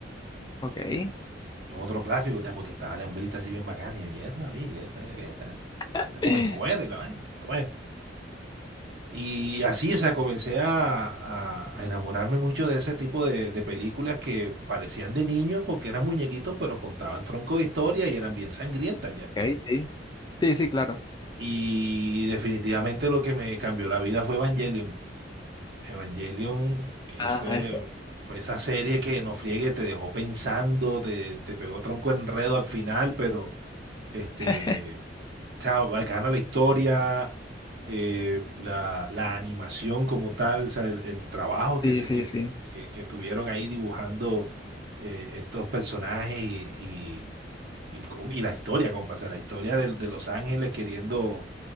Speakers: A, on the left (about 25°); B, on the right (about 65°).
A: Ok.
B: otro clásico, entonces, porque estaba la hembrita así bien bacana y yo, mierda, vi, esta vaina qué, tal".
A: <laughs>
B: Era como en cuero y la vaina, pero bueno. Y así, o sea, comencé a, a- a enamorarme mucho de ese tipo de, de películas que parecían de niño porque eran muñequitos, pero contaban tronco de historia y eran bien sangrientas ya.
A: Ok, sí. Sí, sí, claro.
B: Y definitivamente lo que me cambió la vida fue Evangelion. Evangelion es-
A: Ah,
B: fue,
A: esa.
B: fue esa serie que no friegue, te dejó pensando, te, te pegó tronco enredo al final, pero este,
A: <laughs>
B: o sea, bacana la historia, eh, la, la animación como tal, o sea, el, el trabajo que,
A: Sí,
B: se,
A: sí,
B: que,
A: sí.
B: que, que tuvieron ahí dibujando eh, estos personajes y, y, y, cómo- y la historia, compa, o sea, la historia de, de Los Ángeles queriendo